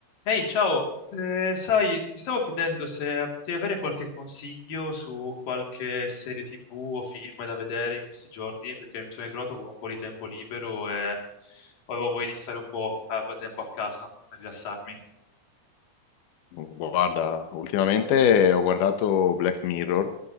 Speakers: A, on the left; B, on the left.
A: Ehi, ciao! Eh, sai, mi stavo chiedendo se potevi avere qualche consiglio su qualche serie TV o film da vedere in questi giorni, perché mi sono ritrovato con un po' di tempo libero e avevo voglia di stare un po' a a tempo a casa, no? a rilassarmi.
B: Guarda, ultimamente ho guardato Black Mirror,